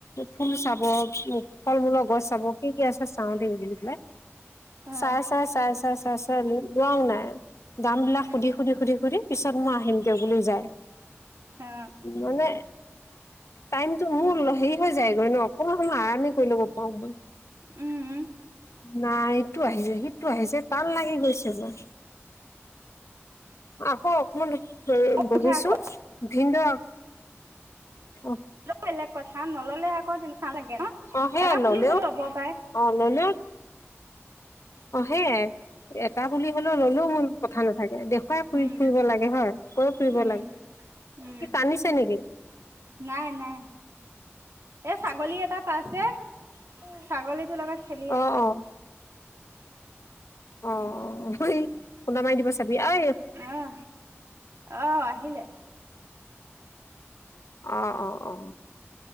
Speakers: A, on the left; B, on the right.
A: ফুল চাব, উম ফল মূলৰ গছ চাব, কি কি আছে চাওঁ দেই বুলি পেলাই।
B: অ'
A: চাই, চাই, চাই, চাই, চাই, চাই লোৱাও নাই, দাম বিলাক
B: উম
A: সুধি, সুধি, সুধি, সুধি। পিছত মই আহিম দিয়ক বুলি যায়।
B: অ'
A: মানে টাইমটো মোৰ হেৰি হৈ যায়গৈ ন, অকমান সময় আৰামি কৰি ল'ব পাৰো।
B: উম
A: নাই এইটো আহিছে, সিটো আহিছে, টান লাগি গৈছে মোৰ। আকৌ অকমান বহিছো।
B: উঠে আকৌ
A: ভিনদেউ অ।
B: বেলেগ কথা, নললে আকৌ তেনেকুৱা লাগে ন,
A: অ সেয়া
B: এটা
A: ললেও
B: পুলি হলেও লব পাৰে।
A: অ ললেও অ সেইয়ে, এটা পুলি হলেও ললেও কোনো কথা নাথাকে, দেখুৱাই
B: উম
A: ফুৰি ফুৰিব লাগে হয়। কৈ ফুৰিব
B: উম
A: লাগে,
B: উম
A: সি কান্দিছে নিকি?
B: নাই, নাই। অঁ ছাগলী এটা পাইছে অ, ছাগলীটো লগত খেলি
A: অ
B: আছে।
A: অ অ অ' অ' খুন্দা মাৰি দিব চাবি। ঐ?
B: আ, অ আহিলে।
A: অ'অ' অ'।